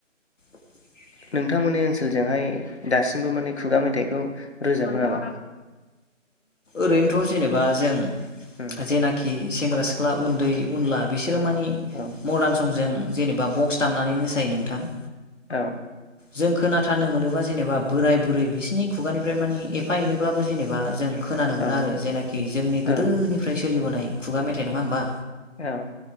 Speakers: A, on the left; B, on the left.
A: <inaudible>
B: नोंथांमोननि ओनसोलजोंहाय दासिमबो माने खुगा मेथाइखौ रोजाबो नामा
A: ओरैनोथ' जेनेबा जों
B: उम
A: जेनाखि सेंग्रा सिख ख्ला उन्दै उनला बिसोरो मानि
B: औ
A: मदार्न संजों जेनेबा बक्स दामनानै मोसायो नोंथां
B: औ
A: जों खोनाथारनो मोनोबा जेनेबा बोराय बुरै बिसोरनि खुगानिफ्राय मानि एफा एनैब्लाबो जेने बा जों खोनानो मोनो
B: औ
A: आरो जेनाखि जोंनि गोदोनिफ्राय
B: औ
A: सोलिबोनाय खुगा मेथाइ नोङा होमबा
B: औ